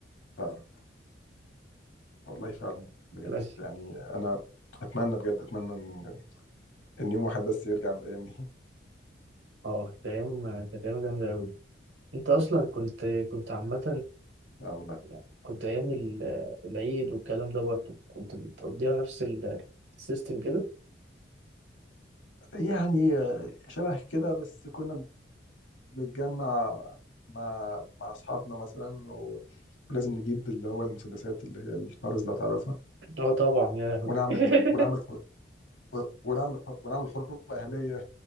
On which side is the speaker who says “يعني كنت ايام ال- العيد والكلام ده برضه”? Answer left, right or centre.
Right